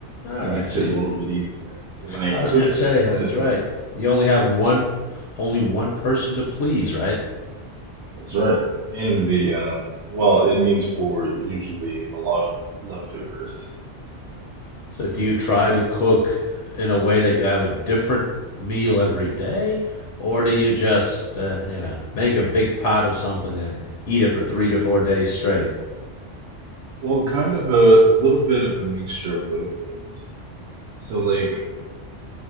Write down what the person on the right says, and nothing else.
that makes
it
a little bit easier. So when I
cook,
it kind
of,
uh,
that's right. And the, uh, well, it means for usually a lot of leftovers. so.
Well, kind of a little bit of a mixture of both things. So, like,